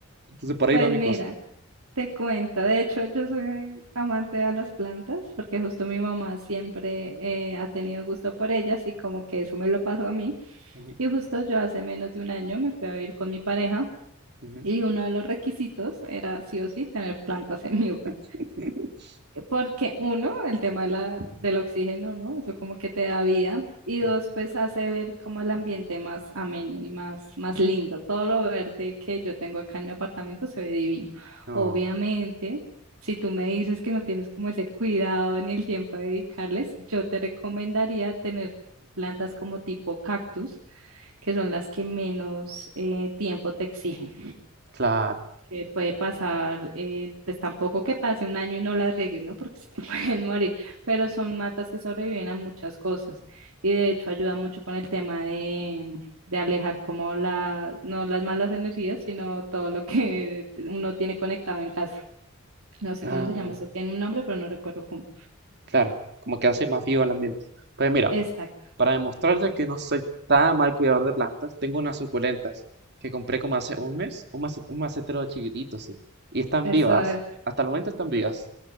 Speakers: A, on the right (about 50°); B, on the right (about 85°).
A: Entonces por ahí
B: Pues
A: va mi
B: mira,
A: cosa.
B: Te cuento, de hecho yo soy amante a las plantas porque justo mi mamá siempre eh, ha tenido gusto por ellas y como que eso me lo pasó a mí.
A: Ujú,
B: Y justo yo hace menos de un año me fui a vivir con mi pareja
A: ujú,
B: y uno de los requisitos era sí o sí tener plantas en mi hogar.
A: <laughs>
B: Porque uno, el tema de la, del oxígeno, ¿no? Eso como que te da vida. Y dos,
A: ujú.
B: pues hace ver como el ambiente más ameno y más, más lindo. Todo lo verde que yo tengo acá en mi apartamento se ve divino.
A: No,
B: Obviamente, si tú me dices que no tienes como ese cuidado ni el tiempo de dedicarles, yo te recomendaría tener plantas como tipo cactus, que son las que menos eh, tiempo te exigen
A: claro.
B: que puede pasar, eh, pues tampoco que pase un año y no las riegues, ¿no? Porque se te <laughs> pueden morir, pero son matas que sobreviven a muchas cosas y de hecho ayuda mucho con el tema de, de alejar como la, no las malas energías, sino todo lo que uno tiene conectado en casa. No sé
A: Ah,
B: cómo se llama eso, tiene un nombre, pero no recuerdo cómo.
A: claro, como que hace más vivo el ambiente. Pues mira,
B: Exacto.
A: Para demostrarte que no soy tan mal cuidador de plantas, tengo unas suculentas que compré como hace un mes, un mace- un macetero chiquitito, sí. Y están
B: Eso
A: vivas,
B: es.
A: hasta el momento están vivas.